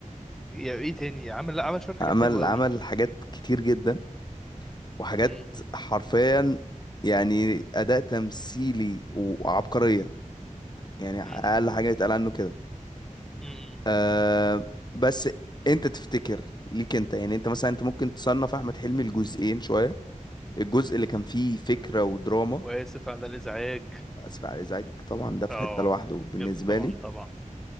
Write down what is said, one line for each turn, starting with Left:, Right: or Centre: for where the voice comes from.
Centre: يا ايه تاني عمل لا عمل شويه حاجات
Left: عمل
Centre: حلوه قوي
Left: عمل حاجات كتير جدا وحاجات
Centre: م- م-
Left: حرفيا يعني اداء تمثيلي وعبقرية يعني اقل
Centre: م-
Left: حاجة يتقال عنه كده
Centre: م- م.
Left: أه بس انت تفتكر ليك انت يعني انت مثلا انت ممكن تصنف احمد حلمي لجزئين شوية الجزء اللي كان فيه فكرة ودراما
Centre: واسف على الازعاج
Left: وأسف على الإزعاج طبعا ده في
Centre: اه
Left: حتة لوحده بالنسبة
Centre: جامد طبعا
Left: لي
Centre: طبعا